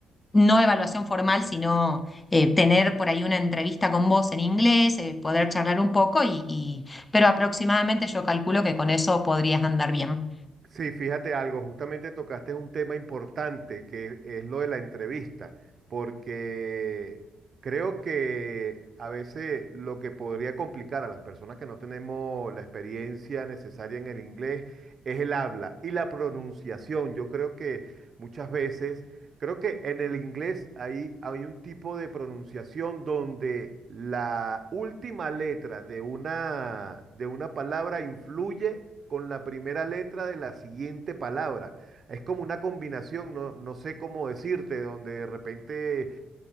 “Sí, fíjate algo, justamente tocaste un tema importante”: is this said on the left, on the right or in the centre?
Right